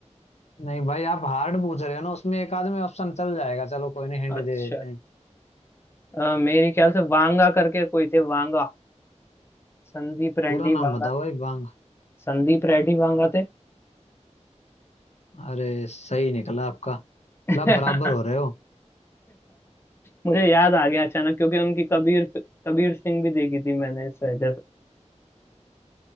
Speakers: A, on the left; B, on the left.
A: नहीं भाई आप हार्ड पूछ रहे हो ना उसमें एक आदमी ऑप्शन चल जाएगा चलो कोई नहीं हिंट
B: अच्छा
A: दे देते हैं
B: अ, मेरे ख्याल से वांगा करके कोई थे वांगा संदीप रेड्डी
A: पूरा नाम
B: वांगा
A: बताओ भाई वांग
B: संदीप रेड्डी वांगा थे
A: अरे सही निकला आपका मतलब
B: <laughs>
A: आप बराबर हो रहे हो
B: मुझे याद आ गया अचानक क्योंकि उनकी कबीर कबीर सिंह भी देखी थी मैंने इस वजह से